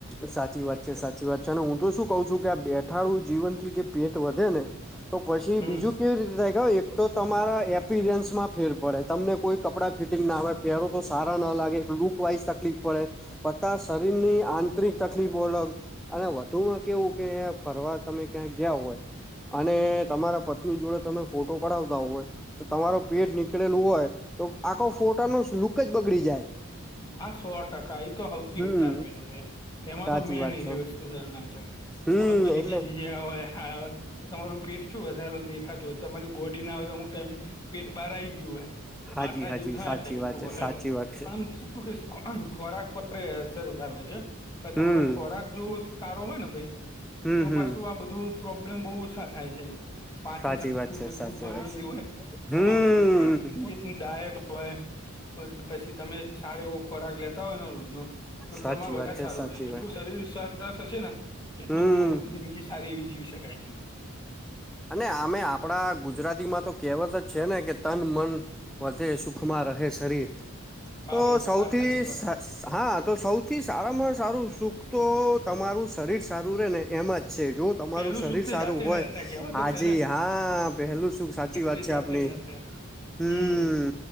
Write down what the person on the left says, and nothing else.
હમ
હા સો ટકા એ તો હોઉથી
વધારે પેલું એ એમાં
તો મેન
એવી
વસ્તુ ના છે, કે
તમે કોઈ જગ્યા
જઈ રિયા હોય આ હોય તો તમારું પેટ શું વધારેું દેખાતું હોય, તમારી બોડી ના હોય તો અમુક ટાઈમે પેટ બહારઈ આઈ ગયું હોય,
માથા
<unintelligible> તું ક એ ખોરાક બર એસ તર વધારે હોય છે, પણ
તમારો ખોરાક જો સારો હોય ને ભાઈ
તો
પાછું આ બધું પ્રોબ્લેમ બહુ ઓસા થાય છે. પાચન
શક્તિ
મજબૂત
બનેલી
હોય,
તમારું નિયત્ન ડાયટ હોય, પણ પછી તમે સારો એવો ખોરાક લેતા હોય ને રોજ નુ, તો
તમાર વધારે
સારું
રહે, જેટલું
શરીર સરસ હશેને, એટલું
જિંદગી સારી એવી જીવી શકાય.
વાહ
ભાઈ વાહ
વાત સાચી સો
ટકા
પેલું
સુખ તે
જાતે
ન રહે કહેવત જ
છે ને
તે
જાતે
ન રહે
હમ